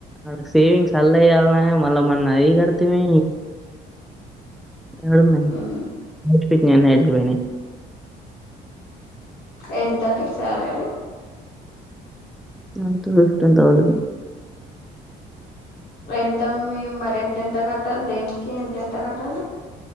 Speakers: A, in the centre; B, on the left.
A: అ సేవింగ్స్ అలేనా మళ్ళ అయి కడితిమి <unintelligible>
B: మ్మ్
A: అపోని
B: ఎంత నీ శాలరీ
A: మంత్ ఫిఫ్టీన్ థౌసండ్
B: ఎంతమ్ మరి ఎంతెంత కట్టాలి దేనికి ఎంతెంత కట్టాలి